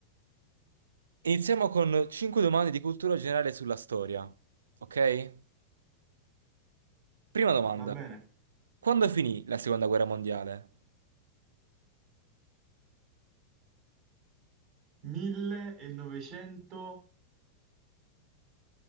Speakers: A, on the right (about 70°); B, on the right (about 40°).
A: Iniziamo con 5 domande di cultura generale sulla storia, ok? Prima domanda.
B: va bene.
A: Quando finì la seconda guerra mondiale?
B: 1948.